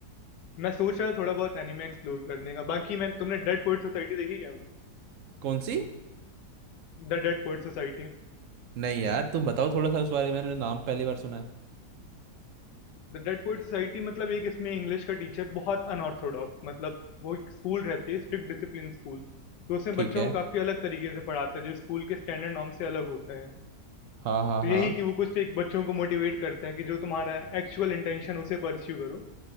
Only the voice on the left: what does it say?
मैं सोच रहा था थोड़ा बहुत एनिमे एक्सप्लोर करने का बाकी मैं तुमने डेड पोएट सोसाइटी देखी क्या
The Dead Poet Society
The Dead Poet Society मतलब एक इसमें इंग्लिश का टीचर बहुत अनऑर्थोडॉक्स मतलब वो एक स्कूल रहती है स्ट्रिक्ट डिसिप्लिन स्कूल तो उसमें
बच्चों
को काफ़ी अलग तरीके से पढ़ाता है जो स्कूल के स्टैंडर्ड नॉर्म से अलग होता है
तो
यही कि वो कुछ एक बच्चों को मोटिवेट करता है कि जो तुम्हारा एक्चुअल इंटेंशन उसे परस्यू करो